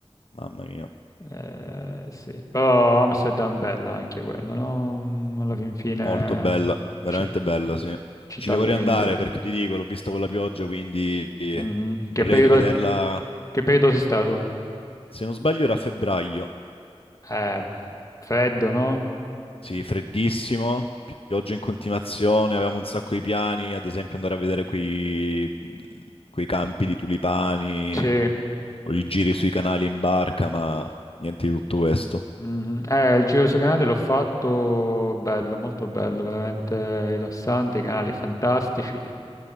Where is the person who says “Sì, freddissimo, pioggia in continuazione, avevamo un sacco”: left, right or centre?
Left